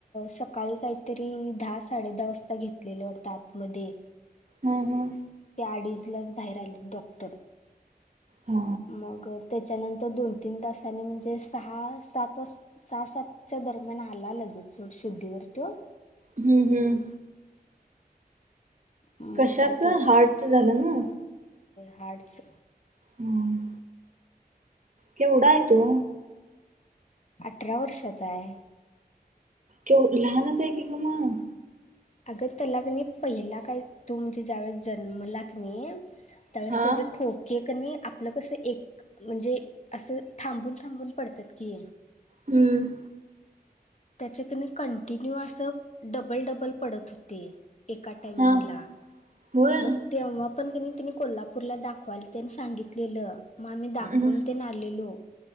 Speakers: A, on the left (about 45°); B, on the right (about 50°).
A: सकाळी काहीतरी दहा साडे दहा वाजता घेत. घातलेल्यात आतमध्ये
B: हम्म हम्म
A: त्या अडीचलाच बाहेर आले डॉटर
B: हा
A: मग त्याच्यानंतर दोन तीन तसानी म्हणजे स सात वा सहा सात दरम्यान आला लगेच सोड शुद्धीवर तो
B: हम्म हम्म
A: मग
B: कशाच
A: काय
B: हार्टच झालं ना.
A: हार्ट्स
B: हम्म केवडा आहे तो,
A: अठरा वर्षांचा आहे.
B: क लहानच आहे की ग मग,
A: अगं त्यालागणे पहिला काय तू म्हणजे ज्या वेळेस जन्मला की नाही. त्यावेळेस
B: हा
A: त्याचे ठोके कनी आपलं कसं एक म्हणजे असं थांबून थांबून पडतात की ये,
B: हम्म
A: त्याच्याकी नाही कंटिन्यू असं डबल डबल पडत होते. एका टइमिंग
B: हा
A: ला
B: होय
A: म आपण कणी तिने कोल्हापूरला दाखवायला त्यानी सांगितलेलं मग आम्ही
B: हम्म
A: दाखवून ते ना आलेलो.